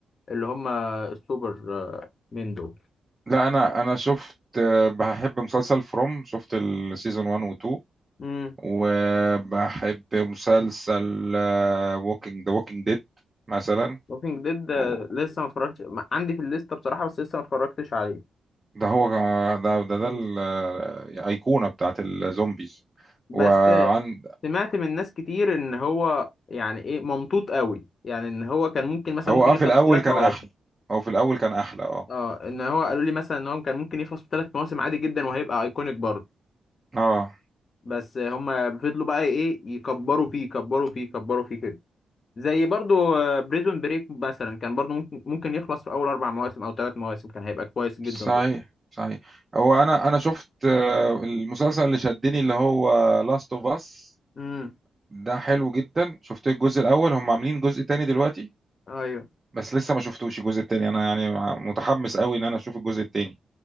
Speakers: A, on the left; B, on the right.
A: اللي هم السوبر آه، مين دول
B: لا انا انا شفت آه، بحب مسلسل فروم شفت السيزون 1 و 2
A: امم
B: وبحب مسلسل ووكينج ذا ووكينج ديد مثلا
A: ووكينج ديد
B: و-
A: لسه ما اتفرجتش ما- عندي في الليسته بصراحه بس لسه ما اتفرجتش عليه
B: ده هو ده ده ده
A: مم.
B: الأيقونة بتاعت الزومبيز
A: بس
B: وعند
A: سمعت من ناس كتير ان هو يعني ايه ممطوط قوي يعني ان هو كان ممكن مثلا
B: هو
A: ممكن
B: اه
A: يخلص
B: في الأول
A: في ثلاث
B: كان
A: مواسم
B: أحلى هو في الأول كان أحلى اه
A: اه ان هو قالوا لي مثلا ان هو كان ممكن يخلص في ثلاث مواسم عادي جدا وهيبقى ايكونيك برضه
B: اه
A: بس هم فضلوا بقى ايه يكبروا فيه يكبروا فيه يكبروا فيه كده زي برضو بريزون بريك مثلا كان برضو ممكن ممكن يخلص في اول اربع مواسم او ثلاث مواسم كان هيبقى كويس جدا
B: صحيح
A: برضو
B: صحيح هو انا انا شفت آه، المسلسل اللي شدني اللي هو لاست اوف اس
A: امم
B: ده حلو جدا شفت الجزء الاول هم عاملين جزء تاني دلوقتي
A: ايوه
B: بس لسه ما شفتوش الجزء التاني انا يعني متحمس قوي ان انا اشوف الجزء التاني